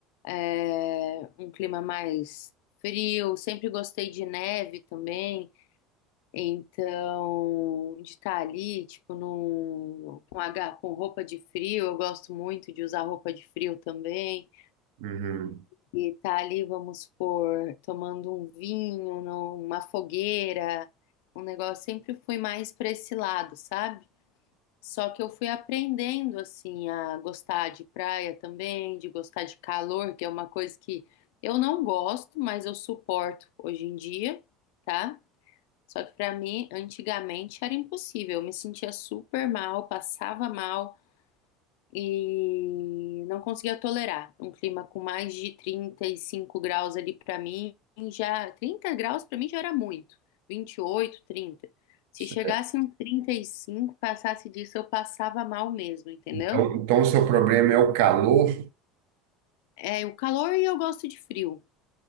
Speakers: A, on the left; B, on the right.
A: é, um clima mais frio. Sempre gostei de neve também. Então, de estar ali, tipo, num, com, aga- com roupa de frio, eu gosto muito de usar roupa de frio também.
B: Uhum.
A: E tá ali, vamos supor, tomando um vinho, numa fogueira, um negócio. Sempre fui mais para esse lado, sabe? Só que eu fui aprendendo, assim, a gostar de praia também, de gostar de calor, que é uma coisa que eu não gosto, mas eu suporto hoje em dia, tá? Só que para mim, antigamente, era impossível. Eu me sentia super mal, passava mal e não conseguia tolerar um clima com mais de 35 graus ali para mim, já 30 graus para mim já era muito, vinte e oito trinta Se
B: Certo.
A: chegasse um trinta e cinco passasse disso, eu passava mal mesmo, entendeu?
B: Então, então, o seu problema é o calor,
A: É, o calor e eu gosto de frio.